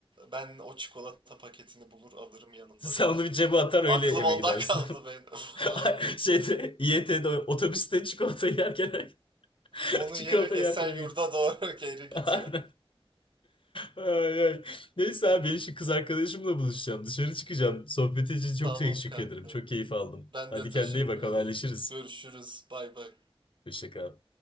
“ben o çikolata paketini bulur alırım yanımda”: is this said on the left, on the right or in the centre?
Right